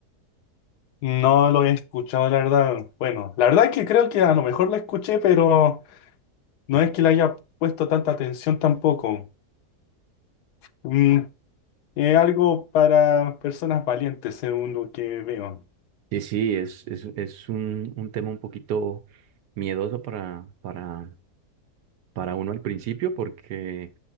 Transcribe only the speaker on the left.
No lo he escuchado, la verdad. Bueno, la verdad es que creo que a lo mejor la escuché, pero no es que le haya puesto tanta atención tampoco. Mm, es algo para personas valientes, según lo que veo.